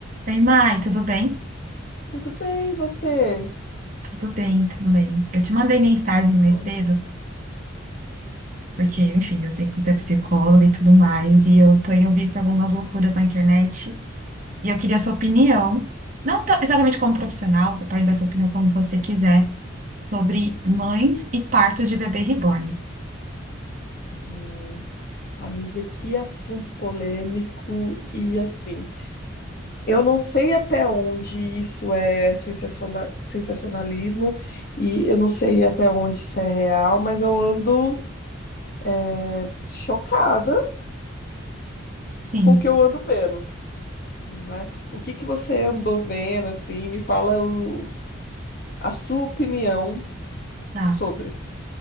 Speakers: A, on the right; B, on the left.
A: Ei, Mai, tudo bem?
B: Tudo bem, e você?
A: Tudo bem também. Eu te mandei mensagem mais
B: Bom,
A: cedo, porque, enfim, eu sei que você é psicóloga e tudo mais, e eu tenho visto algumas loucuras na internet, e eu queria a sua opinião, não tão- exatamente como profissional, você pode dar sua opinião como você quiser, sobre mães e partos de bebê reborn.
B: Hum, amiga, que assunto polêmico. E assim, eu não sei até onde isso é sensaciona- sensacionalismo e eu não sei até onde isso é real, mas eu ando é, chocada
A: Sim,
B: com o que eu ando vendo, né? O que que você andou vendo, assim? Me fala o- a sua opinião
A: tá.
B: sobre.